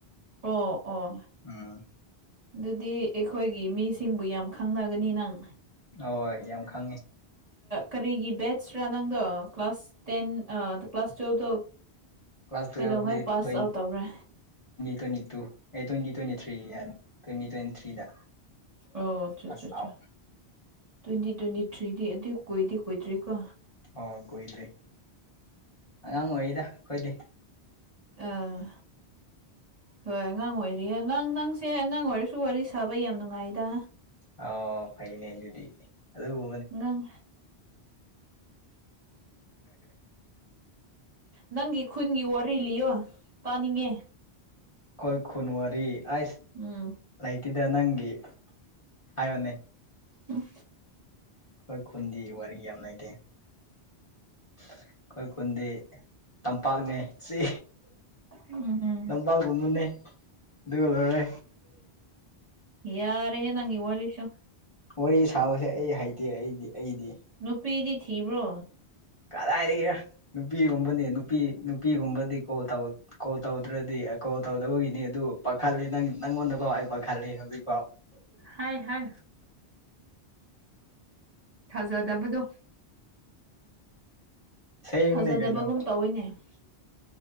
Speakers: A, on the right; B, on the left.
A: ꯑꯣ ꯑꯣ
B: ꯎꯝ
A: ꯑꯗꯨꯗꯤ ꯑꯩꯈꯣꯏꯒꯤ ꯃꯤꯁꯤꯡꯕꯨ ꯌꯥꯝ ꯈꯪꯅꯒꯅꯤ ꯅꯪ
B: ꯍꯣꯏ ꯌꯥꯝ ꯈꯪꯉꯦ꯫
A: ꯀꯔꯤꯒꯤ ꯕꯦꯠꯁꯔꯥ ꯅꯪꯗꯣ ꯀ꯭ꯂꯥꯁ ꯇꯦꯟ ꯀ꯭ꯂꯥꯁ ꯇꯨꯌꯦꯜꯞꯇꯣ
B: ꯀ꯭ꯂꯥꯁ ꯇꯨ꯭ꯋꯦꯟ
A: ꯀꯩꯗꯧꯉꯩ ꯄꯥꯁ
B: ꯇ꯭ꯋꯦꯟꯇꯤ
A: ꯑꯥꯎꯠ ꯇꯧꯕ꯭ꯔꯥ
B: ꯇ twenty twenty three. Twenty twenty ꯊ꯭ꯔꯤꯗ
A: ꯑꯣ ꯑꯆꯥ
B: ꯄꯥꯁ
A: ꯑꯆꯥ ꯑꯆꯥ
B: ꯑꯥꯎꯠ
A: ꯇ꯭ꯋꯦꯟꯇꯤ ꯇ꯭ꯋꯦꯟꯇꯤ ꯊ꯭ꯔꯤꯗꯤ ꯑꯗꯨ ꯀꯨꯏꯗꯦ ꯀꯨꯗ꯭ꯔꯤꯀꯣ
B: ꯑ ꯀꯣꯏꯗꯔꯤ꯫ ꯑꯉꯥꯡ ꯑꯣꯏꯔꯤꯗ ꯑꯩꯈꯣꯏꯗꯤ꯫
A: ꯑꯥ ꯍꯣꯏ ꯑꯉꯥꯡ ꯑꯣꯏꯔꯤꯌꯦ ꯑꯉꯥꯡ ꯅꯪꯁꯦ ꯑꯉꯥꯡ ꯑꯣꯏꯔꯁꯨ ꯋꯥꯔꯤ ꯁꯥꯕ ꯌꯥꯝ ꯅꯨꯡꯉꯥꯏꯗ
B: ꯑ ꯐꯅꯦ ꯑꯗꯨꯗꯤ ꯑꯗꯨꯕꯨ
A: ꯅꯪ ꯅꯪꯒꯤ ꯈꯨꯟꯒꯤ ꯋꯥꯔꯤ ꯂꯤꯌꯣ ꯇꯥꯅꯤꯡꯉꯦ꯫
B: ꯀꯣꯏ ꯈꯨꯨꯟꯋꯥꯔꯤ ꯑꯁ
A: ꯎꯝ
B: ꯂꯩꯇꯤꯗ ꯅꯪꯒꯤ ꯍꯥꯏꯌꯅꯦ꯫
A: ꯎꯝ
B: ꯍꯣꯏ ꯈꯨꯟꯗꯤ ꯋꯥꯔꯤ ꯌꯥꯝ ꯂꯩꯇꯦ꯫ ꯑꯩꯈꯣꯏ ꯈꯨꯟꯗꯤ ꯇꯝꯄꯥꯛꯅꯦ ꯆꯦ
A: ꯎꯝ
B: ꯄꯥꯒꯨꯟꯕꯅꯤ ꯗꯗꯨꯀꯂꯔ
A: ꯌꯥꯔꯦꯍꯦ ꯅꯪꯒꯤ ꯋꯥꯔꯤꯁꯨ
B: ꯋꯥꯔꯤ ꯁꯥꯕꯁꯦ ꯑꯩ ꯍꯩꯇꯦ ꯑꯩꯗꯤ ꯑꯩꯗꯤ
A: ꯅꯨꯄꯤꯗꯤ ꯊꯤꯕ꯭ꯔꯣ
B: ꯀꯗꯥꯏꯗꯒꯤꯔ ꯅꯨꯄꯤꯒꯨꯝꯕꯅꯤ ꯅꯨꯄꯤ ꯅꯨꯄꯤꯒꯨꯝꯕꯗꯤ ꯀꯣ ꯇꯧ ꯀꯣꯜ ꯇꯧꯗ꯭ꯔꯗꯤ ꯀꯣꯜ ꯇꯧꯗꯕꯒꯤꯅꯤ ꯑꯗꯨ ꯄꯥꯈꯠꯜꯂꯤ ꯅꯪ ꯅꯪꯉꯣꯟꯗ ꯐꯥꯎ ꯑꯩ ꯄꯥꯈꯠꯜꯂꯤ ꯍꯧꯖꯤꯛ
A: ꯍꯥꯏ ꯍꯥꯏ ꯊꯥꯖꯗꯕꯗꯣ
B: ꯁꯌꯦꯡꯅꯦ
A: ꯊꯥꯖꯗꯕꯒꯨꯝ
B: ꯀꯩꯅꯣ
A: ꯇꯧꯋꯤꯅꯦ